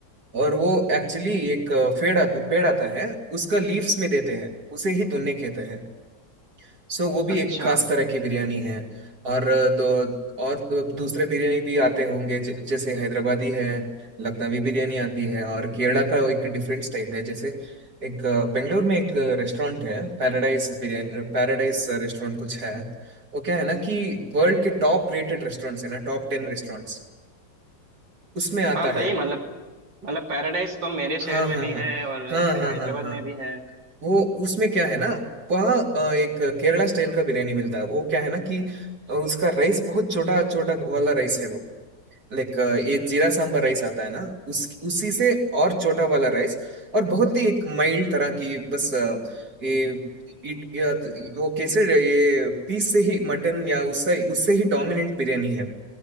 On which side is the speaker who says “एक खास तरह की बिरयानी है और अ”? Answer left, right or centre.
Right